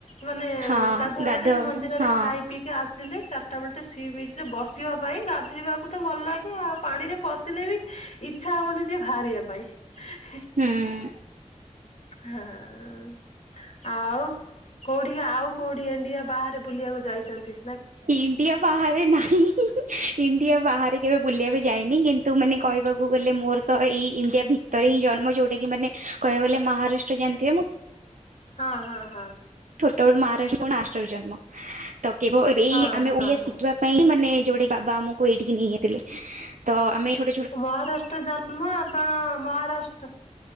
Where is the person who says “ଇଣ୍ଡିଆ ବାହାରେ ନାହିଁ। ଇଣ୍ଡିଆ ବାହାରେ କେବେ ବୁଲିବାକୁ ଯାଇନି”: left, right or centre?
Right